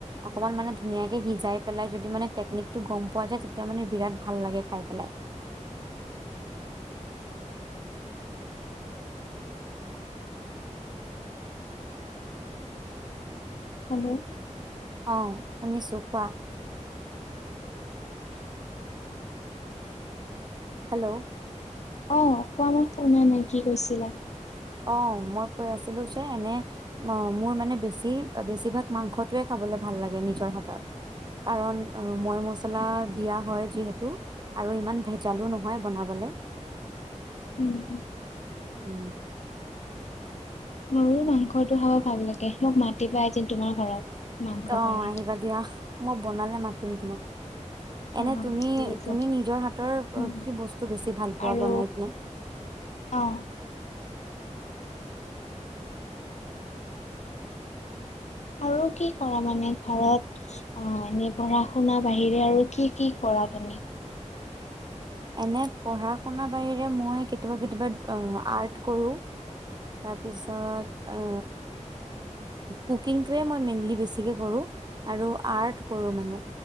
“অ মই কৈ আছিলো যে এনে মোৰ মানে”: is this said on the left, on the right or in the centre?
Right